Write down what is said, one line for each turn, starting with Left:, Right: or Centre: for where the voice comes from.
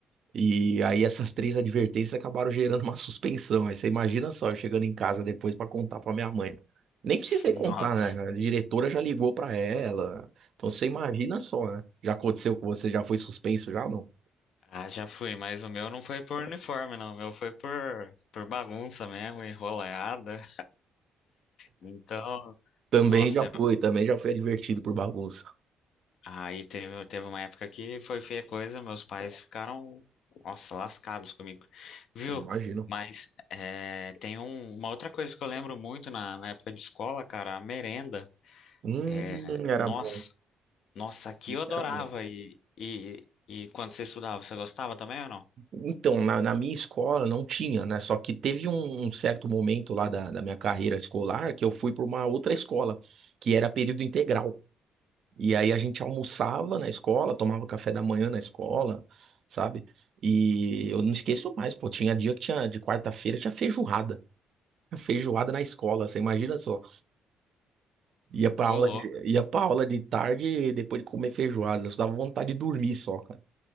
Right: E aí essas três advertências acabaram gerando uma <laughs> suspensão. Aí você imagina só, eu chegando em casa depois pra contar pra minha mãe. Nem precisei
Left: <laughs>
Right: contar,
Left: Nossa.
Right: né? A diretora já ligou pra ela. Então você imagina só, né? Já aconteceu com você, já foi suspenso já ou não?
Left: Ah, já fui, mas o meu não foi por uniforme, não. O meu foi por, por bagunça mesmo, enrolada. Então,
Right: Também
Left: nossa,
Right: já foi,
Left: teve-
Right: também já foi advertido por bagunça.
Left: aí teve, teve uma época que foi feia coisa, meus pais ficaram, nossa, lascados comigo, viu?
Right: Eu Imagino.
Left: Mas é, tem um- uma outra coisa que eu lembro muito na, na época de escola, cara, a merenda.
Right: Hum,
Left: É,
Right: era
Left: nossa,
Right: bom. hein?
Left: nossa, aqui
Right: Isso
Left: eu adorava.
Right: Era bom.
Left: E, e, e quando você estudava, você gostava também ou não?
Right: Então, na, na minha escola não tinha, né? Só que teve um, um certo momento lá da, da minha carreira escolar que eu fui para uma outra escola, que era período integral. E aí a gente almoçava na escola, tomava café da manhã na escola, sabe? E eu não esqueço mais, pô, tinha dia que tinha, de quarta-feira, tinha feijoada. <laughs> Feijoada na escola, você imagina só. Ia pra
Left: Ô,
Right: aula de, ia pra aula de tarde, depois de comer feijoada, eu dava vontade de dormir só, cara.